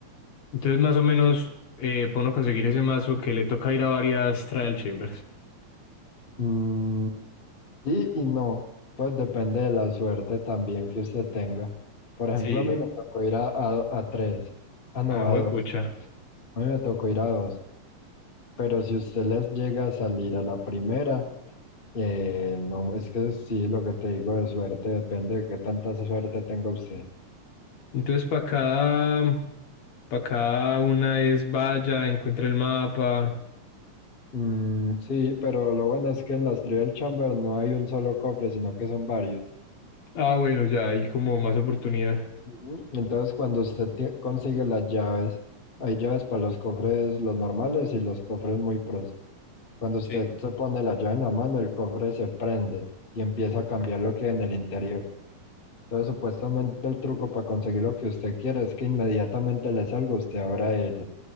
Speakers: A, on the left; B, on the left.
A: Entonces, más o menos, eh, puedo conseguir ese mazo que le toca ir a varias trial chambers.
B: Mm, sí y no, pues depende de la suerte también que usted tenga. Por ejemplo,
A: Sí,
B: a mí me tocó ir a, a, a tres, ah no,
A: ah,
B: a dos,
A: pucha.
B: a mí me tocó ir a dos, pero si usted les llega a salir a la primera, eh, no, es que sí, lo que te digo de suerte depende de qué tanta suerte tenga usted.
A: Entonces, para cada, para cada una es vaya, encuentra el mapa.
B: Mm, sí, pero lo bueno es que en las Trial Chamber no hay un solo cofre, sino que son varios.
A: Ah, bueno, ya hay como más oportunidad.
B: Ujú. Entonces, cuando usted tie- consigue las llaves, hay llaves para los cofres, los normales y los cofres muy pros. Cuando usted
A: Sí.
B: se pone la llave en la mano, el cofre se prende y empieza a cambiar lo que hay en el interior. Entonces, supuestamente el truco para conseguir lo que usted quiere es que inmediatamente le salga, usted abra el,